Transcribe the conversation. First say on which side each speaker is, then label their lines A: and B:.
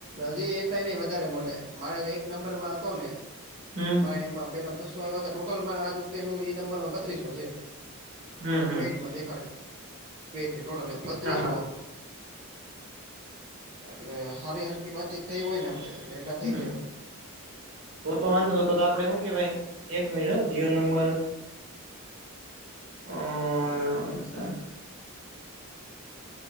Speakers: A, on the right (about 40°); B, on the right (about 65°).
A: હજી એટલા એ નહીં વધારે મળે મારે એક નંબર માં હતો ને
B: હમ
A: મારે એમાં પેલા બસ <unintelligible> લોટલ આ વખતે એ નંબર બત્રીસો છે ટોટલ
B: હમ હમ
A: પેડમા દે <unintelligible> ટોટલ એમ બત્રીસો
B: હા હા
A: એટલે સારી હરકી વાતચીત થઈ હોય ને આપણે એટલે એટલા થઈ
B: હમ્મ
A: જાય એમ
B: તો તો વાંધો તો આપણે શું કેવાય એક મહીનો જીઓ નંબર અ અચ્છા